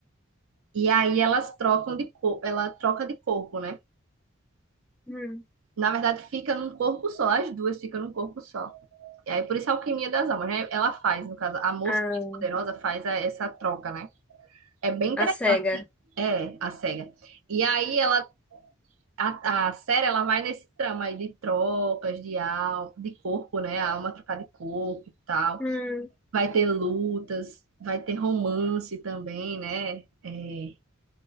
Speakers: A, on the right; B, in the centre.
A: E aí elas trocam de cor, ela troca de corpo, né?
B: hum.
A: Na verdade, fica num corpo só, as duas ficam num corpo só. E aí, por isso a alquimia das almas, né? Ela faz, no caso, a moça
B: Ah,
A: mais poderosa faz a- essa troca, né? É bem interessante.
B: a cega.
A: É, a cega. E aí ela, a, a série, ela vai nesse trama aí de trocas, de alma, de corpo, né? A alma trocar de corpo e tal.
B: Hum.
A: Vai ter lutas, vai ter romance também, né? É,